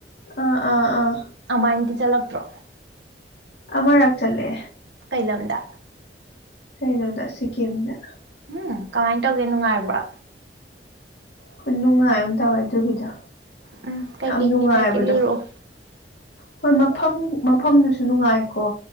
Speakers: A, on the left (about 65°); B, on the right (about 80°).
A: ꯑꯥ ꯑꯥ ꯑꯥ
B: ꯑꯗꯨꯃꯥꯏꯅꯗꯤ ꯆꯠꯂꯛꯇ꯭ꯔꯣ
A: ꯑꯃꯔꯛ ꯆꯠꯂꯦ
B: ꯀꯩꯂꯝꯗ
A: ꯀꯩꯅꯣꯗ ꯁꯤꯛꯀꯤꯝꯗ
B: ꯎꯝ ꯀꯃꯥꯏ ꯇꯧꯒꯦ ꯅꯨꯡꯉꯥꯏꯕ꯭ꯔꯥ
A: ꯈꯨꯅꯨꯡꯉꯥꯏ ꯑꯃ ꯇꯧꯑꯦ ꯑꯗꯨꯒꯤꯗꯣ
B: ꯎꯝ ꯀꯩꯀꯩ
A: ꯌꯥꯝ ꯅꯨꯡꯉꯥꯏꯕꯗꯣ
B: ꯊꯦꯡꯅꯔꯛꯀꯦ ꯂꯤꯔꯛꯑꯣ
A: ꯍꯣꯏ <unintelligible> ꯐꯝ ꯃꯐꯝꯗꯨꯁꯨ ꯅꯨꯡꯉꯥꯏꯀꯣ